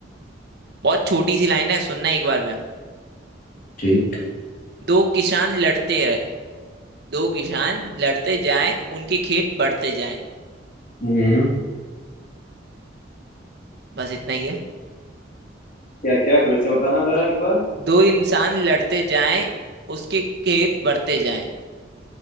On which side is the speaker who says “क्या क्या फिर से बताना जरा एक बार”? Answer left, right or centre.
Left